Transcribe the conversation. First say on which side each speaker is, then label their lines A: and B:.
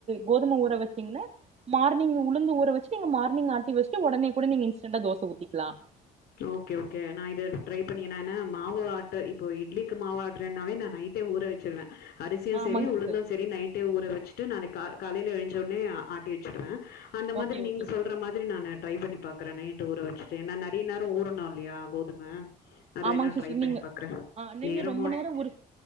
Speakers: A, on the right; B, on the left.
A: கோதுமை ஊற வச்சீங்கன்னா மார்னிங் உளுந்து ஊற வச்சு நீங்க மார்னிங் ஆட்டி வச்சுட்டு உடனே கூட நீங்க இன்ஸ்டென்ட்டா தோசை ஊத்திக்லாம்
B: ஓகே ஓகே நான் இது ட்ரை பண்ணியனா என்னா மாவு ஆட்ட இப்போ இட்லிக்கு மாவு ஆட்றனாவே நான் நைட்டே ஊற வச்சிருவேன் அரிசியும்
A: ஆமாங்க
B: சரி உளுந்தும்
A: சிஸ்டர்
B: சரி நைட்டே ஊற வச்சுிட்டு நாளைக்கு கா காலைல எழுஞ்சவுடனே ஆட்டி வச்சிடுவேன் அந்த மாதிரி
A: ஓகே
B: நீங்க
A: ஓகேங்க
B: சொல்ற மாதிரி நான் ட்ரை பண்ணி பாக்குறேன் நைட் ஊற வைச்சுட்டு என்னன அப்டி நேரம் ஊறணும் இல்லையா கோதுமை அது
A: ஆமாங்க
B: வேணா
A: சிஸ்டர்
B: ட்ரை பண்ணி
A: நீங்க
B: பாக்குறேன்
A: ஆ நீங்க
B: நேரமும்
A: ரொம்ப
B: ஆயிடுச்சு
A: நேரோ ஊற